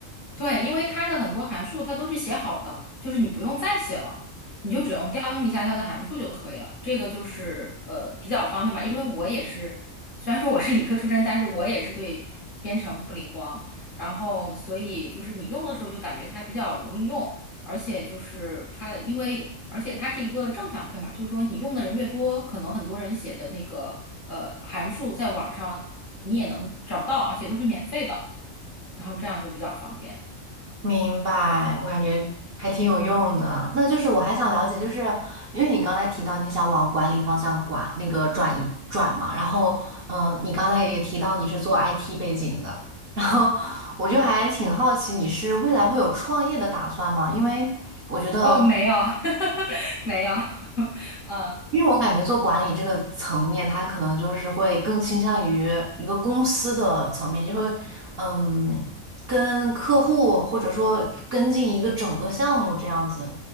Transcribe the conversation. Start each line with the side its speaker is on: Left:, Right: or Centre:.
Left: 对，因为它的很多函数它都是写好的，就是你不用再写了，你就只用调用一下它的函数就可以了。这个就是呃比较方便吧，因为我也是，虽然说我是理科出身，但是我也是对编程不灵光，然后所以就是你用的时候就感觉它比较容易用，而且就是它因为而且它是一个正反馈嘛，就是说你用的人越多，可能很多人写的那个呃函数在网上你也能找到，而且都是免费的，然后这样就比较方便。
Right: 明白，我感觉还挺有用的。那就是我还想了解，就是因为你刚才提到你想往管理方向管，那个转移转嘛，然后嗯、呃你刚才也提到你是做 IT 背景的，然后我就还挺好奇你是未来会有创业的打算吗？因为我觉得
Left: 哦，没有，<laughs> 没有，<laughs> 嗯
Right: 因为我感觉做管理这个层面，他可能就是会更倾向于一个公司的层面，就会嗯，跟客户或者说跟进一个整个项目这样子。